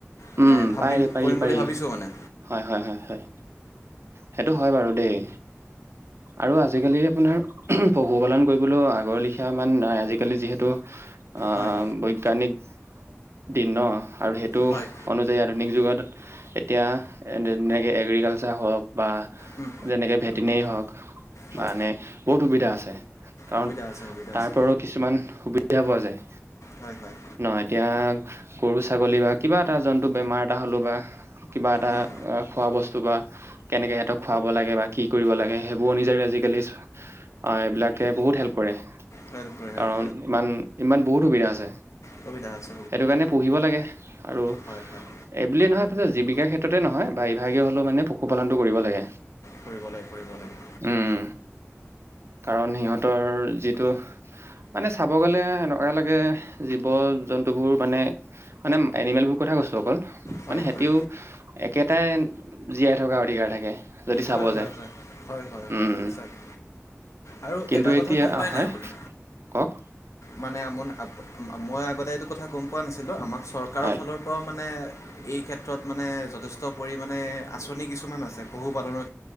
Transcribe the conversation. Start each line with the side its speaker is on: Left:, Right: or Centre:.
Left: মানে
Right: উম
Left: ভাবিম
Right: পায় পাৰি
Left: কৰিম
Right: পাৰি
Left: বুলি ভাবিছোঁ মানে
Right: হয় হয় হয় হয় সেইটো হয় বাৰু দেই আৰু আজিকালি আপোনাৰ পশুপালন কৰিবলৈ আগৰ লিখীয়া ইমান আজিকালি যিহেতু অ
Left: হয়
Right: বৈজ্ঞানিক দিন ন আৰু সেইটো
Left: হয়
Right: অনুযায়ী আধুনিক যুগত এতিয়া যেনেকে এগ্ৰিকালচাৰ হওক বা
Left: উম,
Right: যেনেকে ভেটিনেৰি ধৰক বা
Left: হয়
Right: মানে বহুত সুবিধা আছে কাৰণ
Left: সুবিধা আছে সুবিধা
Right: তাৰ
Left: আছে
Right: পৰাও কিছুমান সুবিধা পোৱা যায়
Left: হয় হয়
Right: ন এতিয়া গৰু ছাগলী বা কিবা এটা জন্তু বেমাৰ এটা হ'লেও বা কিবা এটা
Left: উম,
Right: খোৱা বস্তু বা কেনেকে সিহঁতক খুৱাব লাগে বা কি কৰিব লাগে সেইবোৰ অনুযায়ী আজিকালি অ এইবিলাকে বহু বহুত হেল্প কৰে
Left: হেল্প কৰে হেল্প
Right: কাৰণ ইমান ইমান বহুত সুবিধা আছে
Left: কবিতা আ
Right: সেইটো কাৰণে পুহিব লাগে আৰু
Left: হয় হয়
Right: এই বুলিয়েই নহয় জীৱিকাৰ ক্ষেত্ৰতে নহয় বা এইভাগেই হ'লেও মানে পশুপালনটো কৰিব লাগে
Left: ফুৰি লাগ কৰিবৰি লাগে
Right: উম কাৰণ সিহঁতৰ যিটো মানে চাব গ'লে এনেকুৱা লাগে জীৱ জন্তু বোৰ মানে মানে এনিমেল বোৰৰ কথা কৈছোঁ
Left: হয়
Right: মানে হেইটিও
Left: হয়
Right: একেইটাই জীয়াই থকাৰ অধিকাৰ থাকে যদি চাব
Left: হয় হয়
Right: যায়
Left: হয় হয় হয়
Right: উম
Left: সঁচাকে আৰু
Right: কিন্তু
Left: এটা
Right: এতিয়া
Left: কথা গম পাই
Right: আ, হয়
Left: নাই আপুনি
Right: কওক
Left: মানে আপোনাৰ মই আগতে এইটো কথা গম পোৱা নাছিলোঁ আমাক চৰকাৰৰ
Right: হয়
Left: ফালৰ পৰাও মানে এই ক্ষেত্ৰত মানে যথেষ্ট পৰিমাণে আঁচনি কিছুমান আছে পশুপালনৰ